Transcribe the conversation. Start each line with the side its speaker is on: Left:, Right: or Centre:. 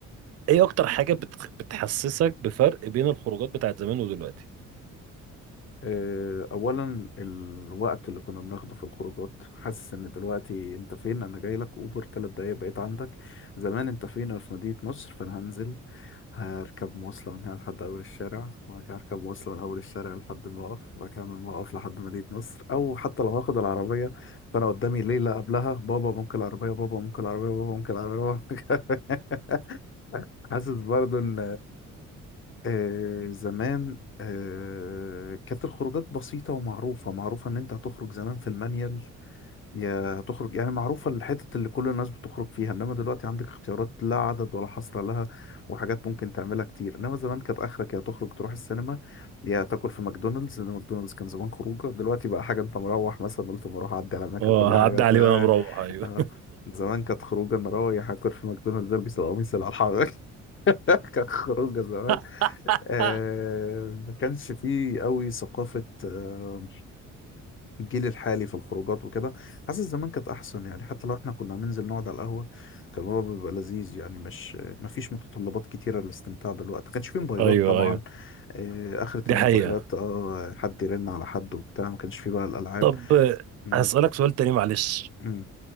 Right: ايه اكتر حاجة بتخ- بتحسسك بفرق بين الخروجات بتاعت زمان ودلوقتي
Left: آه، اولا الوقت اللي كنا بناخده في الخروجات حاسس ان دلوقتي انت فين انا جاي لك اوبر ثلاث دقايق بقيت عندك زمان انت فين انا في مدينة نصر فانا هنزل هركب مواصلة من هنا لحد اول الشارع وبعد كده هركب مواصلة من اول الشارع لحد الموقف وبعد كده من الموقف لحد مدينة نصر او حتى لو هاخد العربية فانا قدامي ليلة قبلها بابا ممكن العربية بابا ممكن العربية بابا ممكن العربية بابا ممكن العربية. <laughs> حاسس برضو ان آه زمان آه كانت الخروجات بسيطة ومعروفة معروفة إن أنت هتخرج زمان في المانيال يا هتخرج يعني معروفة الحتة اللي كل الناس بتخرج فيها إنما دلوقتي عندك اختيارات لا عدد ولا حصر لها وحاجات ممكن تعملها كتير إنما زمان كانت آخرك يا تخرج تروح السينما يا تاكل في ماكدونالدز لأن ماكدونالدز كان زمان خروجة دلوقتي بقى حاجة أنت مروح مثلا قلت مروح أعدي على ماكا
Right: اه
Left: كل
Right: هعدي
Left: حاجة تا-
Right: عليه وانا مروح ايوه
Left: آه. زمان كانت خروجة أنا رايح أكل في ماكدونالدز ألبس القميص اللي على الحرارة <laughs> كانت خروجه زمان
Right: <laughs>
Left: آه، ما كانش فيه قوي ثقافة آه، الجيل الحالي في الخروجات وكده حاسس زمان كانت أحسن يعني حتى لو احنا كنا هننزل نقعد على القهوة كان هو بيبقى لذيذ يعني مش ما فيش متطلبات كتيرة للاستمتاع بالوقت ما كانش فيه موبايلات
Right: ايوه
Left: طبعا
Right: ايوه
Left: آه، آخرة
Right: دي
Left: الموبايلات
Right: حقيقة
Left: اه حد يرن على حد وبتاع ما كانش فيه بقى الألعاب
Right: طب آه،
Left: مم،
Right: هسألك سؤال تاني معلش
Left: مم،